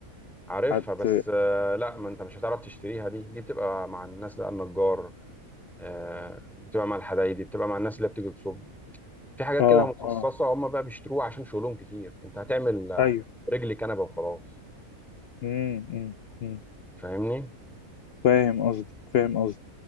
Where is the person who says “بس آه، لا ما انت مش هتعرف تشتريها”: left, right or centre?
Centre